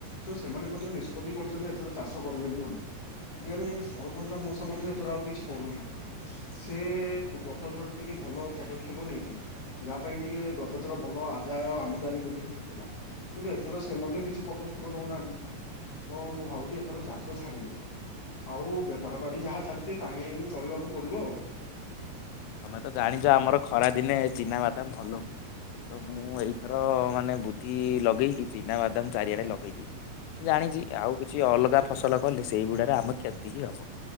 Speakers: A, on the left (about 50°); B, on the left (about 85°).
A: ତ ସେମାନେ ମଧ୍ୟ ନିଷ୍ପତ୍ତି କରୁଚନ୍ତି ଏଥର ଚାଷ କରିବେନି ବୋଲି। ଆରେ ସରପଞ୍ଚ ମଉସା ମଧ୍ୟ ଏଥର ଆଉ କିଛି କରୁନାହାନ୍ତି। ସେ ଗତ ଥର ଟିକେ ଭଲ ପଦକ୍ଷେପ ନେଇଥିଲେ। ଯାହା ପାଇଁ ଟିକେ ଗତ ଥର ଭଲ ଆଦାୟ ଆମଦାନୀ ମଧ୍ୟ ହେଇଥିଲା। କିନ୍ତୁ ଏଥର ସେ ମଧ୍ୟ କିଛି ପଦକ୍ଷେପ ନଉନାହାନ୍ତି ତ ମୁଁ ଭାବୁଚି ଏଥର ଚାଷ ଛାଡିଦେବି। ଆଉ ବେପାର ବାଡ଼ି ଯାହା ଚାଲିଛି ତାହିେଁ ହିଁ ଚଳିବାକୁ ପଡ଼ିବ ଆଉ।
B: ତମେତ ଜାଣିଚ ଆମର ଖରା ଦିନେ ଚିନାବାଦାମ ଭଲ ହୁଏ
A: ଆଉ।
B: ତ ମୁଁ ମୁଁ ଏଇଥର ମାନେ ବୁଦ୍ଧି ଲଗେଇକି ଚିନା ବାଦାମ ଚାରିଆଡ଼େ ଲଗେଇ ଦେଇଚି। ମୁଁ ଜାଣିଚି ଆଉ କିଛି ଅଲଗା ଫସଲ କଲେ ସେଇଗୁଡାରେ ଆମର କ୍ଷତି ହିଁ ହବ।